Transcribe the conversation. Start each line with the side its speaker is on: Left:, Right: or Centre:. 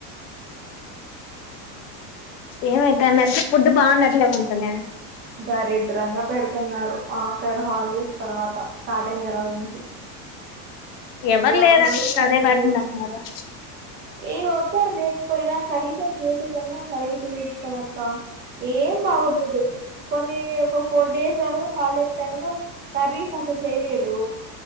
Left: ఏమైత మెస్ ఫుడ్ బాగున్నట్లే ఉంటనే
Right: దారిద్రంగా పెడుతున్నారు ఆఫ్టర్ హాలిడేస్ తర్వాత స్టార్ట్ అయిన తర్వాత నుంచి
Left: ఎవరు
Right: ఏ
Left: లేరాండి
Right: ఒక్క రోజు
Left: మీరు
Right: సరిగా
Left: అదే బటి
Right: లేదు
Left: అంటున్నారా
Right: ఏ ఒక్కరు లేకపోయినా కనీసం చేసేదన్నా సరిగా చేయచ్చు కదక్క ఏం బాగుండదు కొన్ని ఒక ఫోర్ డేస్ ఏమో హాలిడేస్ టైమ్ లో కర్రీస్ అసలు చేయలేదు.